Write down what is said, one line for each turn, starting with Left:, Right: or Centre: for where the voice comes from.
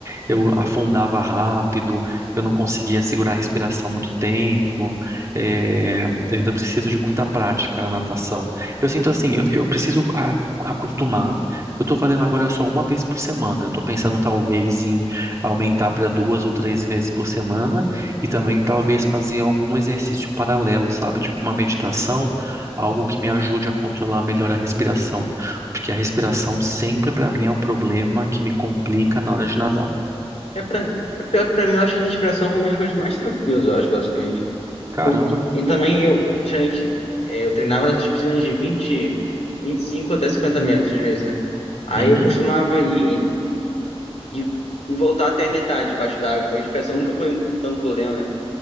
Right: eu afundava rápido, eu não conseguia segurar a respiração muito tempo. é, eu ainda preciso de muita prática na natação. Eu sinto assim, eu, eu preciso a- acostumar. Eu tô fazendo agora só uma vez por semana. Eu tô pensando talvez aumentar para duas ou três vezes por semana e também talvez fazer algum exercício paralelo, sabe? Tipo uma meditação, algo que me ajude a controlar melhor a respiração, porque a respiração sempre para mim é o problema que me complica na hora de nadar.
Left: É pra... é Pior que pra mim, eu acho que respiração foi uma das coisas mais tranquilas, eu acho, basicamente.
Right: Caramba.
Left: Porque... E também eu, gente, é, eu treinava nessas piscinas de vinte, vinte e cinco até 50 metros, às vezes, né? Aí
Right: Uhum.
Left: eu costumava ir e e voltar até a metade debaixo d'água, então a respiração nunca foi um tanto problema. né?